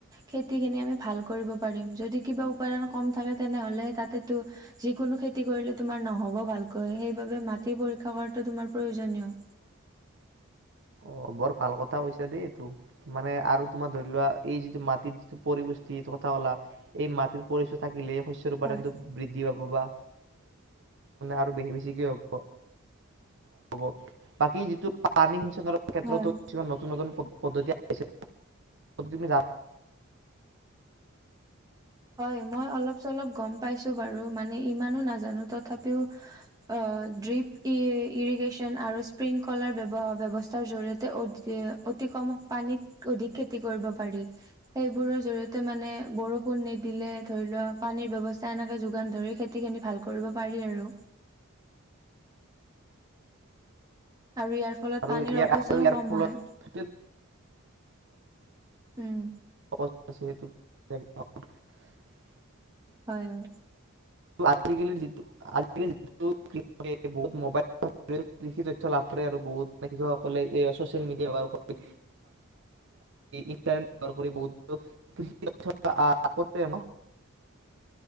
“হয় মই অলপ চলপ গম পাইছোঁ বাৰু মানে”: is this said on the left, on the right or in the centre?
Right